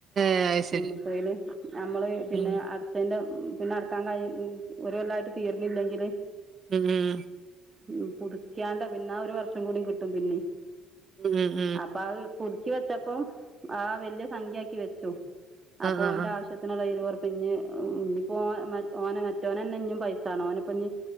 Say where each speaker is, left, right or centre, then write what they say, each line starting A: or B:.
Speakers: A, on the right (about 50°); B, on the right (about 30°).
A: ഏ, അത് ശരി
B: കുടുംബശ്രീയില് നമ്മള്
A: ഉം
B: പിന്നെ അടചേന്റെ ഉം പിന്നെ നടക്കാൻ കഴി മം ഒരു കൊല്ലായിട്ട് തീർന്നില്ലെങ്കില്
A: ഉം
B: ഉം പുതുക്യാണ്ട് പിന്നെ ആ ഒരു വർഷം കൂടി കിട്ടും പിന്നിം
A: ഉം ഉം
B: അപ്പൊ അത് പുതുക്കി വെച്ചപ്പോ ആ വല്ല്യ സംഖ്യാക്കി വെച്ചു അപ്പോ
A: ആ ആ
B: ഓന്റെ
A: ആ
B: ആവശ്യത്തിന്ന് കൈയില്ല് വെറു പിന്നിം ഹ് ഇനിപ്പോ ഓ ഓന മറ്റോനന്നെ ഇഞ്ഞി പൈസാണം ഓന്പ്പ ഞ്ഞി